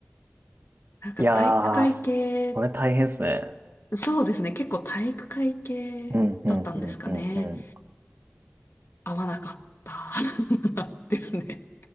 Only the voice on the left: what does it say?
なんか体育会系、
そうですね。結構体育会系だったんですかね。
合わなかった <laughs> ですね。